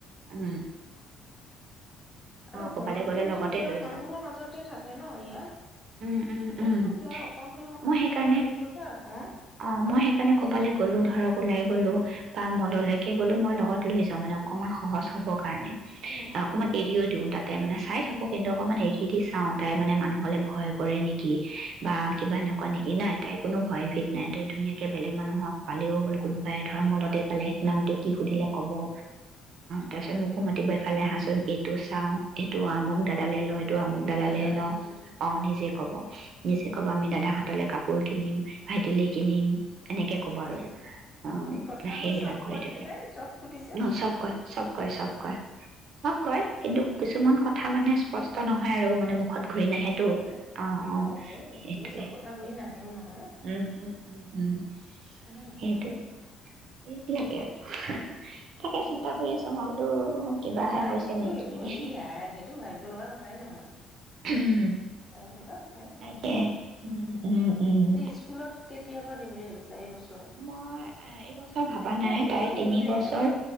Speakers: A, on the right; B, on the left.
A: উ
B: আৰু
A: ক'বালৈ
B: ঘৰতোতো
A: গ'লে লগতে
B: ধৰা
A: লৈ
B: মানুহৰ
A: যাওঁ
B: মাজতে থাকে ন ন ইয়াত
A: উম উম
B: ইয়াততো
A: উম
B: ধৰা অকলশৰীয়া মানুহলৈ
A: মই সেইকাৰণে
B: বোলে বেলেগ কথা অ
A: অ মই সেইকাৰণে কবালৈ গ'লো ধৰক ওলাই গলো বা মললৈকে গ'লো মই লগত লৈ যা মানে
B: উম,
A: অকমান সহজ হ'বৰ কাৰণে
B: উম, অ',
A: অকমান
B: অ'।
A: এৰি দিওঁ তাতে মানে চাই থাকক কিন্তু অকণমান হেৰি
B: উম,
A: দি চা তাই মানে মানুহ নহলে ভয় কৰে নেকি বা কিবা
B: উম,
A: এনেকুৱা নেকি নাই তাই কোনো ভয় ভিত নাই তই ধুনীয়াকে বেলেগ মানুহক
B: উম,
A: পালেও ব'লে কোনো পায় ধৰ্মলতে পালে নামটো কি সুধিলে
B: উম,
A: কব অ তাৰপিছত মোকো মাতিব ইফালে আহাচোন এইটো চাও এইটো মোক দাদা দালে ল
B: অ,
A: এইটো
B: তাই
A: আমুক
B: নিজে
A: দাদালে
B: কয় ন?
A: লওঁ
B: উম,
A: অ নিজে কব নিজে কব আমি দাদা হতলে কাপোৰ কিনিম ভাইটিলে কিনিম এনেকে ক'ব আৰু অ
B: এই কথাবোৰ
A: সেইবিলাক
B: চব
A: কৰি
B: কয়নে
A: থাকে
B: তাই চব ফুটিছে
A: অ
B: উ
A: চব কয় চব কয় চব কয় চব কয় কিন্তু কিছুমান কথা মানে স্পষ্ট নহয় নহয় আৰু মানে মুখত
B: সেইটো
A: ঘূৰি নাহেটো
B: হ'বহে।
A: অ
B: সেইটো
A: অ
B: হ'বই সেইটোৱে
A: সেইটোয়ে
B: চব কথা
A: সেইটো
B: ঘূৰি নাহেও নহয়,
A: উম উম উম উম
B: হয়নে নহয়?
A: সেইটোৱে এই লাগে আৰু তাকে
B: উম,
A: চিন্তা কৰি আছো মই বোলো কিবাহে
B: এ নাই
A: হৈছে
B: সেইটো
A: নেকি
B: একো
A: এনে
B: ই আই সেইটো ভাবিব লগা কথাই নহয়,
A: উম
B: ভাবিব লগা কথাই নহয়
A: তাকে
B: সেইটো।
A: উ উম উম
B: এনে স্কুলত কেতিয়াৰ পৰা দিম বুলি ভাবিছা? এইবছৰ?
A: মই এইবছৰ ভবা
B: এ কিবা
A: নাই
B: এইবছৰটো
A: তাই তিনি
B: গ'লেই
A: বছৰ
B: অহা